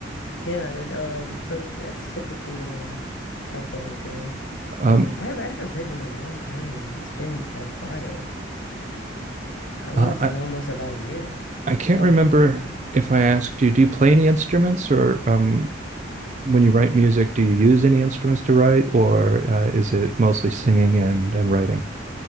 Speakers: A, on the left; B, on the right.
A: Yeah, it, um, so that's typically um like what I do.
B: Um,
A: Um, I have I haven't written in a long time though. It's been a while. I want
B: uh,
A: to say
B: I
A: almost about a year.
B: I can't
A: That's how
B: remember
A: long it's been.
B: if I asked you, do you play any instruments or um when you write music, do you use any instruments to write, or uh, is it mostly singing and and writing?